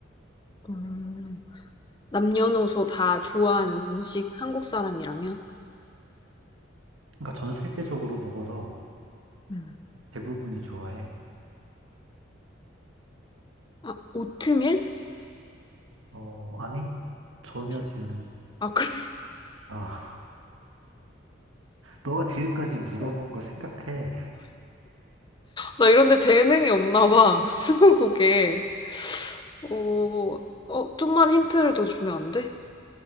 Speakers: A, on the left; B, on the right.
A: 음. 남녀노소 다 좋아하는 음식, 한국 사람이라면?
B: 그러니까 전 세계적으로 먹어서
A: 음.
B: 대부분이 좋아해.
A: 아, 오트밀?
B: 어, 아니? 전혀
A: 비-
B: 지금,
A: 아, 그래.
B: 아, <laughs> 너가 지금까지 물어본
A: <laughs>
B: 걸 생각해.
A: 나 이런데 재능이 없나 봐. <laughs> 스무고개. 어, 어, 좀만 힌트를 더 주면 안 돼?